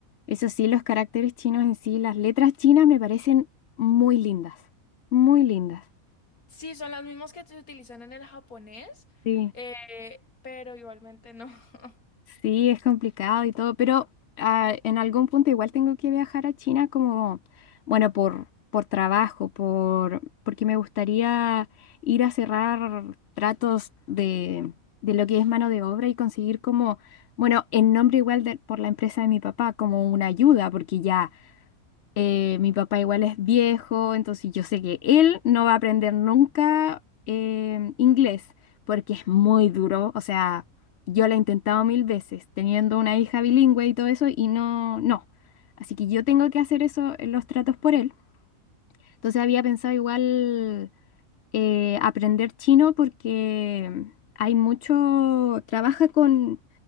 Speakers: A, on the left; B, on the left.
A: Eso sí, los caracteres chinos en sí, las letras chinas me parecen muy lindas, muy lindas.
B: Sí, son las mismas que se utilizan en el japonés,
A: Sí.
B: eh, pero igualmente no. <laughs>
A: Sí, es complicado y todo, pero ah, en algún punto igual tengo que viajar a China como, bueno, por, por trabajo, por, porque me gustaría ir a cerrar tratos de, de lo que es mano de obra y conseguir como, bueno, en nombre igual de, por la empresa de mi papá, como una ayuda, porque ya eh, mi papá igual es viejo, entonces yo sé que él no va a aprender nunca em, inglés, porque es muy duro. O sea, yo lo he intentado mil veces, teniendo una hija bilingüe y todo eso, y no, no. Así que yo tengo que hacer eso, eh, los tratos por él. Entonces había pensado igual eh, aprender chino porque hay mucho, trabaja con